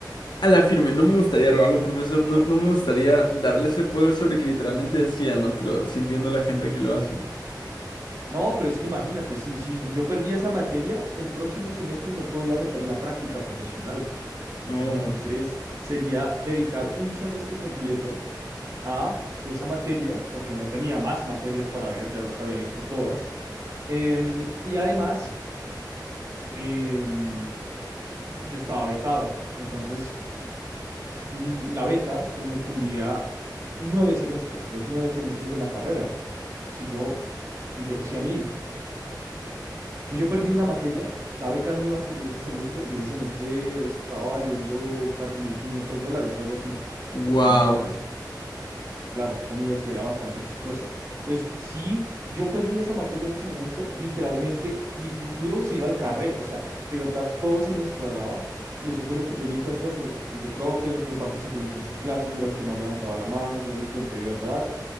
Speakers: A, on the left; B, on the right.
A: a la firme no me gustaría robarle a un profesor, no, no me gustaría darle ese poder sobre que literalmente decía, ¿no? Pero sí entiendo a la gente que lo hace.
B: No, pero es que imagínate, si, si yo perdía esa materia, el próximo semestre no podía meter la práctica profesional.
A: No,
B: Entonces sería dedicar un semestre completo a esa materia, porque no tenía más materias para ver, ya las había visto todas. Em, y además, em, yo estaba becado. Entonces, l- la beca solo me cubría nueve semestres, los nueve semestres de la carrera. Si yo, si yo, si a mí Si yo perdí una materia, la beca no me iba a cubrir ese semestre y ese semestre estaba valiendo 4.500 dólares, algo así,
A: wow.
B: 5.000 dólares. Claro, esa universidad era bastante costosa. Entonces, si yo perdí esa materia en ese momento, literalmente mi futuro se iba al carré. O sea, de verdad todo se me descuadraba y eso fue lo que yo le dije al profe. Yo le dije, profe, yo participé mucho en sus clases, yo era el que más levantaba la mano, yo lo intenté de verdad,